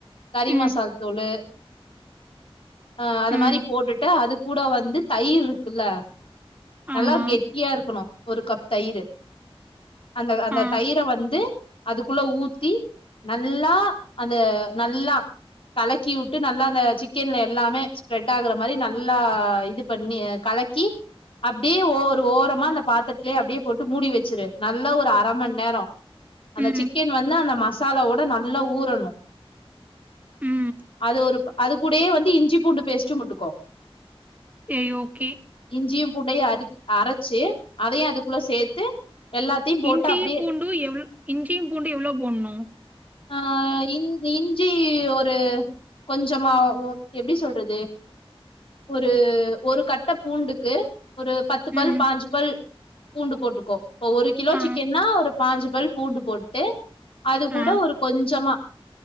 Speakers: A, on the left; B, on the right.
A: கறி
B: ம்
A: மசால் தூளு அ அது
B: ம்
A: மாரி போட்டுட்டு அது கூட வந்து தயிர் இருக்குல்ல நல்லா
B: ஆமா
A: கெட் இருக்கணு ஒரு கப் தயிறு அந்த அந்த
B: ஆ
A: தயிர வந்து அதுக்குள்ள ஊத்தி நல்லா அது நல்லா கலக்கிவூட்டு நல்லா அந்த சிக்கன்ல எல்லாமே ஸ்ப்ரெட் ஆகற மாரி நல்லா இது பண்ணி கலக்கி அப்டே ஓ ஒரு ஓரமா அந்த பாத்தரத்துலே அப்படியே போட்டு மூடி வெச்சுரு நல்லா ஒரு அரமண் நேரோ அந்த
B: ம்
A: சிக்கன் வந்து அந்த மசாலாவோட நல்லா ஊறணு
B: ம்
A: அது ஒரு அது கூடயே வந்து இஞ்சி பூண்டு பேஸ்ட்டு பொட்டுக்கோ
B: ஏய் ஓகே
A: இஞ்சியு பூண்டயு அரி அரைச்சி அதையு அதுக்குள்ள சேத்து எல்லாத்தையு போட்டு
B: இஞ்சீ
A: அப்டியே
B: பூண்டு எவ்ளோ இஞ்சியு பூண்டு எவ்வளோ போடணு
A: ஆ இன் இஞ்சி ஒரு கொஞ்சமா ஒ எப்டி சொல்றது ஒரு ஒரு கட்ட பூண்டுக்கு ஒரு பத் து பல்
B: ம்
A: பாஞ்சு பல் பூண்டு போட்டுக்கோ இப்போ ஒரு கிலோ
B: ஆ
A: சிக்கன்னா ஒரு பாஞ்சு பல் பூண்டு போட்டு அது கூட
B: ஆ
A: ஒரு கொஞ்சமா